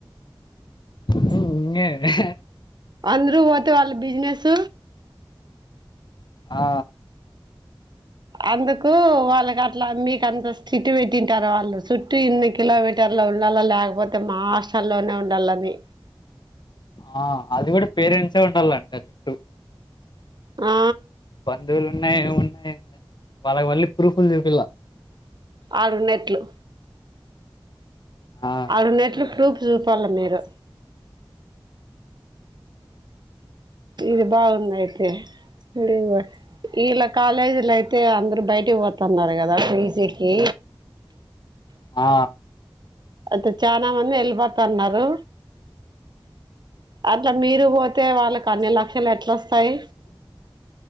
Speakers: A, on the left; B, on the right.
A: మ్ ఇంకేంది
B: అందరు పోతే వాళ్ళ బిజినెస్
A: ఆ
B: అందుకు వాళ్ళకి అట్లా మీకంత స్ట్రైక్ట్ పెట్టింటారు వాళ్ళు చుట్టూ ఇన్ని కిల పెట్ టర్ లో ఉండాల లేకపోతే మా హాస్టలోనే ఉండాలని
A: ఆ అది కూడా పేరెంట్స్ ఉండాలంట చుట్టూ
B: ఆ
A: బంధువులు ఉన్నాయి ఏమున్నా వాళ్ళకి మళ్ళీ ప్రూఫ్లు చూపియలా
B: ఆడునట్లు
A: ఆ
B: ఆడునట్లు ప్రూఫ్ చూపాలే మీరు ఇది బాగుంది అయితే లివర్ ఇళ్ళ కాలేజీల అయితే అందరు బయటికి పోతున్నారు కదా పీజికి
A: ఆ
B: అయితే చాలా మంది వెళ్ళిపోతున్నారు అట్లా మీరు పోతే వాళ్ళకి అన్ని లక్షలు ఎట్లొస్తాయి